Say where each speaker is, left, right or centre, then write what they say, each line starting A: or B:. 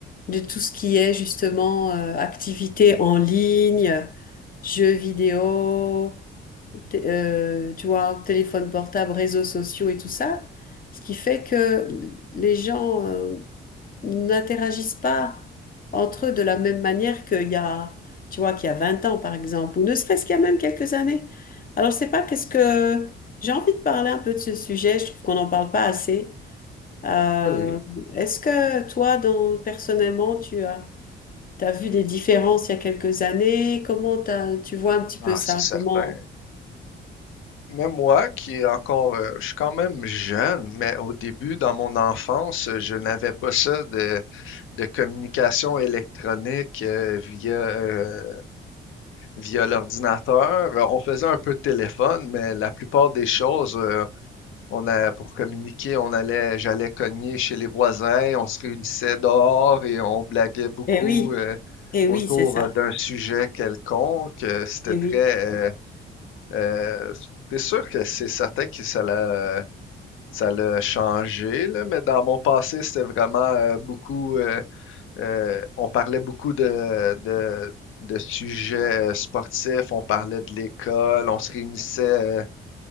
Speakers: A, on the left; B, on the left.
A: de tout ce qui est justement euh, activités en ligne, jeux vidéo, té- euh, tu vois, téléphone portable, réseaux sociaux et tout ça, ce qui fait que les gens euh, n'interagissent pas entre eux de la même manière qu'il y a, tu vois, qu'il y a 20 ans par exemple, ou ne serait-ce qu'il y a même quelques années. Alors, je sais pas qu'est-ce que j'ai envie de parler un peu de ce sujet, je trouve qu'on n'en parle pas assez. Euh,
B: Oui,
A: est-ce que toi, dans, personnellement, tu as, t'as vu des différences il y a quelques années? Comment t'as- tu vois un petit peu
B: ah,
A: ça?
B: c'est certain.
A: Comment?
B: Même moi, qui est encore, euh, je suis quand même jeune, mais au début, dans mon enfance, euh, je n'avais pas ça de, de communication électronique euh, via, euh, via l'ordinateur. Euh, On faisait un peu de téléphone, mais la plupart des choses, euh, on a, pour communiquer, on allait, j'allais cogner chez les voisins, on se réunissait dehors et on blaguait beaucoup,
A: Eh oui,
B: euh,
A: eh
B: autour
A: oui, c'est ça.
B: euh, d'un sujet quelconque. Euh, C'était
A: Eh
B: très,
A: oui,
B: euh, Euh, c'est sûr que c'est certain que ça l'a, ça l'a changé, là, mais dans mon passé, c'était vraiment euh, beaucoup. euh, euh, on parlait beaucoup de, de, de sujets euh, sportifs, on parlait de l'école, on se réunissait. euh,